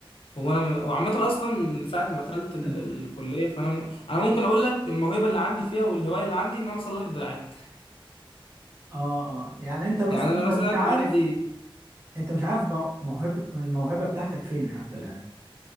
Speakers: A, on the left; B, on the right.
A: هو أنا وعامة أصلا من ساعة ما دخلت
B: <laughs>
A: ال-
B: اه
A: الكلية فأنا م... أنا ممكن أقول لك الموهبة اللي عندي فيها والهواية اللي عندي إن أنا أصلح الدراعات
B: اه يعني انت مثلا
A: يعني
B: انت
A: انا مثلا
B: مش عارف
A: عندي
B: انت مش عارف مو- موهبة الموهبة بتاعتك فين حتى الآن